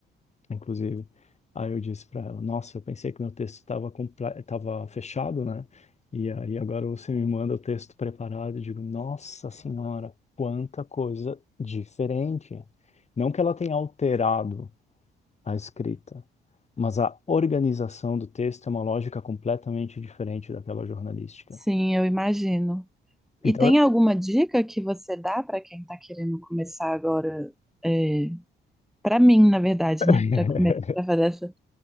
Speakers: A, on the left (about 35°); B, in the centre.
A: inclusive, aí eu disse para ela, nossa, eu pensei que meu texto estava estava fechado, né? E aí agora você me manda o texto preparado, e digo, nossa senhora, quanta coisa diferente. Não que ela tenha alterado a escrita, mas a organização do texto é uma lógica completamente diferente daquela jornalística.
B: Sim, eu imagino.
A: Então,
B: E tem alguma dica que você dá para quem está querendo começar agora? É, para mim, na verdade,
A: <laughs>
B: né? <laughs> Para começar, para fazer essa